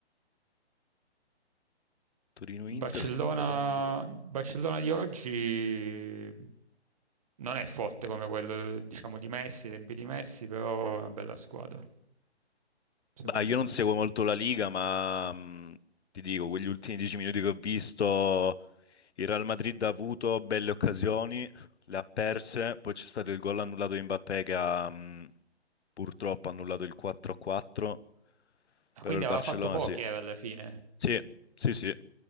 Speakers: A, on the left (about 75°); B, on the right (about 35°).
A: Torino-Inter
B: Barcellona,
A: sto vedendo.
B: Barcellona di oggi non è forte come quello, diciamo, di Messi, i tempi di Messi, però è una bella squadra, secondo
A: Bah, io non
B: me.
A: seguo molto la Liga, ma mh, ti dico, quegli ultimi dieci minuti che ho visto, il Real Madrid ha avuto belle occasioni, le ha perse, poi c'è stato il gol annullato di Mbappé che ha mh, purtroppo annullato il 4-4,
B: E
A: però
B: Quindi
A: il
B: aveva
A: Barcellona
B: fatto pochi,
A: sì.
B: era alla fine.
A: Sì, sì, sì.